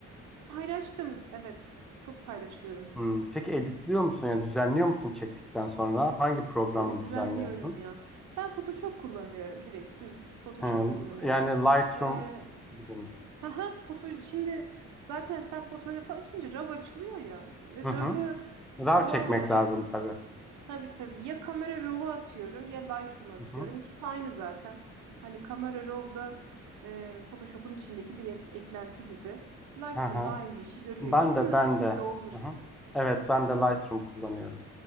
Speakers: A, on the right; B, in the centre.
A: Paylaştım. Evet. Çok paylaşıyorum.
B: Hmm, Peki editliyor musun yani düzenliyor musun çektikten sonra? Hangi programla
A: Tabii düzenliyorum
B: düzenliyorsun?
A: ya. Ben Photoshop kullanıyorum. Direkt düz Photoshop
B: He,
A: kullanıyorum.
B: yani Lightroom
A: Ee,
B: gibi mi?
A: haha, foto şimdi zaten sen fotoğrafı açınca RAW açılıyor ya. RAW'ı
B: Hı hı. RAW
A: doğal
B: çekmek
A: olarak
B: lazım tabii.
A: tabii tabii ya kamera RAW'u atıyorum ya Lightroom atıyorum.
B: Hı hı.
A: İkisi de aynı zaten. Hani kamera RAW'da e, Photoshop'un içindeki bir et- eklenti gibi. Lightroom
B: Hı hı.
A: da aynı işi görüyor.
B: Ben
A: İkisini
B: de
A: de
B: ben
A: ikisi
B: de.
A: de olur.
B: Hı hı. Evet ben de Lightroom kullanıyorum.